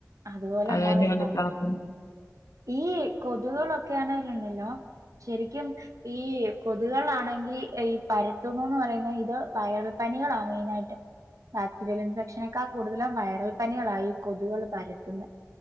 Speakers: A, on the right; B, on the left.
A: അതുപോലൊണ്ടാവോരുന്നാള്
B: അത് തന്നെയാണ് പ്രാർത്ഥന
A: ഈ കൊതുകുകളൊക്കെയാണെ ണ്ടല്ലോ ശരിക്കും ഈ കൊതുകുകളാണെങ്കി ഈ പരത്തുന്നുന്ന് പറയുന്നത് ഇത് വൈറൽ പനികളാണ് മെയിനായിട്ട് ബാക്ടീരിയൽ ഇൻഫെക്ഷനൊക്കെ കൂടുതലും വൈറൽ പനികളാ ഈ കൊതുകള് പരത്തുന്നെ